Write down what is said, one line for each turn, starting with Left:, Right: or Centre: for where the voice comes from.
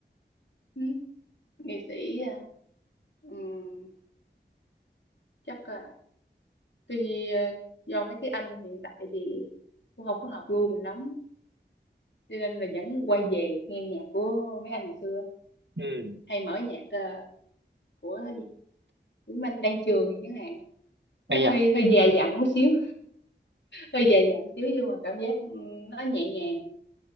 Left: ừ. nghệ sĩ à, Ừm, chắc là tuy ờ, do mấy cái anh hiện tại thì cũng không có hợp gu mình lắm cho nên là vẫn quay về nghe nhạc của mấy anh ngày xưa
Right: Ừ,
Left: hay mở nhạc ờ, của gì Tuấn Anh Đan Trường chẳng hạn nó
Right: hay
Left: hơi
Right: à?
Left: hơi già dặn một xíu hơi già dặn xíu nhưng mà cảm giác ừ, nó nhẹ nhàng